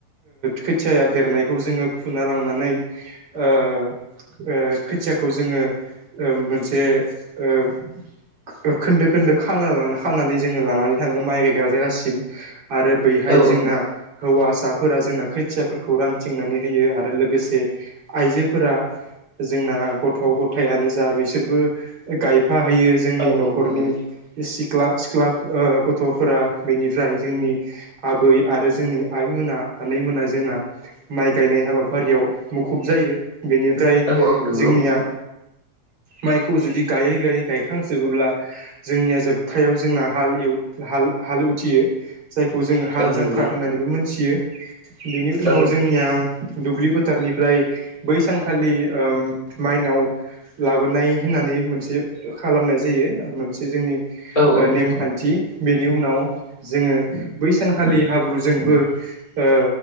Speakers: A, on the right; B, on the left.
A: खोथिया देरनायखौ जोङो फुना लांनानै ओ खोथियाखौ जोङो ओ मोनसे ओ खोन्दो खोन्दो खाना खानानै जोङो लानानै थाङो माइ गायग्रा जायगासिम आरो बैहाय
B: औ
A: जोंना
B: औ
A: हौवासा फोर जोंना खोथियाफोरखौ रानथिंनानै होयो आरो लोगोसे आइजोफोरा जोंना गथ' गथायानो जा बिसोरबो गाय फा होयो जोंनि
B: औ
A: न'खरनि
B: औ नंगौ
A: सि ख्ला सिख्ला ओ गथ'फोरा बेनिफ्राय जोंनि आबै आरो जोंनि आइमोना हनै मोना जोंना माइ गायनाय हाबाफारियाव मुखुब जायो। बेनिफ्राय
B: औ औ नंगौ
A: जोंनिया माइखौ जुदि गायै गायै गायखांजोबोब्ला जोंनिया जोबथायाव जोंना हल ए हाल हाल उथियो जायखौ जोङो हाल
B: औ
A: जांख्रा
B: नंगौ
A: होननानैबो मोनथियो बेनि
B: औ
A: उनाव जोंनिया दुब्लि फोथारनिफ्राय बै सानखालि माइनाव लाबोनाय होननानै मोनसे खालामनाय जायो मोनसे जोंनि
B: औ
A: ओ
B: औ
A: नेमखान्थि बेनि उनाव जोङो बै सानखालि हाब्रुजोंबो ओ